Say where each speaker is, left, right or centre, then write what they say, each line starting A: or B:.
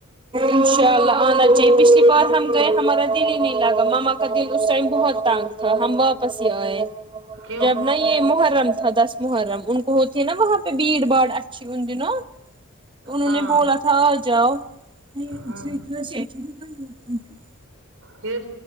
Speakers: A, on the right; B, on the right.
A: انشاء اللہ آنا چاہیے پچھلی بار ہم گئے ہمارا دل ہی نہیں لگا ماما کا دل اس ٹائم بہت تنگ ہم ہمبا واپسیائے
B: کیوں
A: جب نا یہ محرم تھا دس محرم ان کو ہوتی ہے نا وہاں پہ بھیڑ باڑ ان دنوں تو انہوں
B: ہاں
A: نے بولا تھا آ جاؤ <inaudible>
B: ہوں پھر